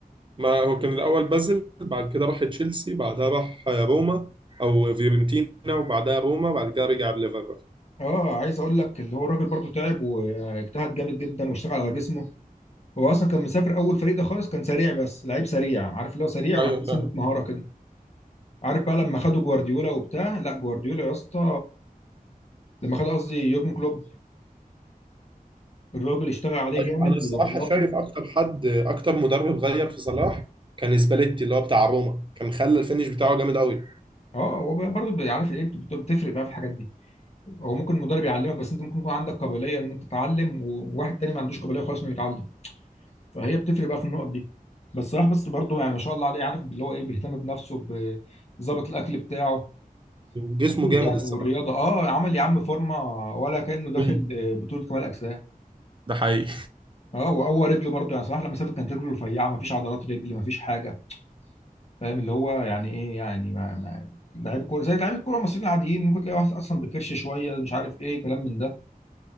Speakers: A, on the right; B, on the left.
A: ما هو كان الاول بازل بعد كده راح تشيلسي بعدها راح روما او فيورنتينا وبعدها روما بعد كده رجع الليفر
B: اه عايز اقول لك اللي هو الراجل برضه تعب واجتهد جامد جدا واشتغل على جسمه هو اصلا كان مسافر اول فريق ده خالص كان سريع بس لعيب سريع عارف اللي هو سريع وما
A: ايوه
B: عندوش
A: فعلا
B: سنه مهاره كده عارف بقى لما خدوا جوارديولا وبتاع لا جوارديولا يا اسطى لما خد قصدي يورجن كلوب الراجل اشتغل عليه جامد
A: انا الصراحه
B: ودربه
A: شايف اكتر حد اكتر مدرب غير في صلاح كان سباليتي اللي هو بتاع روما كان خلى الفينش بتاعه جامد قوي
B: اه هو برضه بيعرف ايه بت- بتفرق بقى في الحاجات دي هو ممكن المدرب يعلمك بس انت ممكن يكون عندك قابليه ان انت تتعلم وواحد تاني ما عندوش قابليه خالص انه يتعلم فهي بتفرق بقى في النقط دي بس صراحه بس برضه يعني ما شاء الله عليه عارف اللي هو ايه بيهتم بنفسه ب- بظبط الاكل بتاعه
A: جسمه
B: اكيد
A: جامد
B: يعني
A: الصراحه
B: والرياضه اه عمل يا عم فورمه ولا كانه داخل
A: مم.
B: آه، بطوله كمال اجسام
A: ده حقيقي
B: اه وقوى رجله برضه يعني صراحه لما سافر كانت رجله رفيعه ما فيش عضلات رجل ما فيش حاجه فاهم اللي هو يعني ايه يعني ما ما لعيب كوره زي لعيب الكوره المصريين العاديين ممكن تلاقي واحد اصلا بكرش شويه مش عارف ايه كلام من ده